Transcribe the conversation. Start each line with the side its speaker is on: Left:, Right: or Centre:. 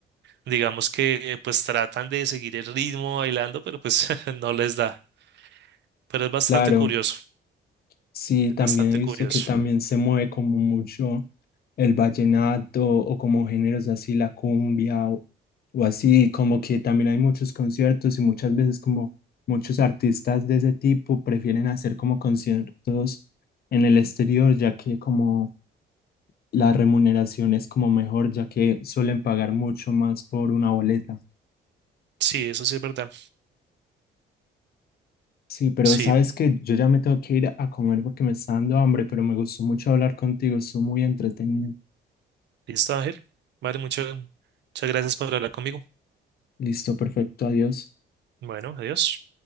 Right: Digamos que pues tratan de seguir el ritmo bailando, pero pues <laughs> no les da. pero es bastante
Left: Claro,
Right: curioso,
Left: Sí,
Right: es
Left: también
Right: bastante
Left: he visto
Right: curioso.
Left: que también se mueve como mucho el vallenato o como géneros así, la cumbia o, o así, como que también hay muchos conciertos y muchas veces como muchos artistas de ese tipo prefieren hacer como conciertos en el exterior, ya que como la remuneración es como mejor, ya que suelen pagar mucho más por una boleta.
Right: Sí, eso sí es verdad.
Left: Sí, pero
Right: Sí,
Left: sabes que yo ya me tengo que ir a comer porque me está dando hambre, pero me gustó mucho hablar contigo, estuvo muy entretenido.
Right: listo, Ángel. Vale, muchas, muchas gracias por hablar conmigo.
Left: Listo, perfecto, adiós.
Right: Bueno, adiós.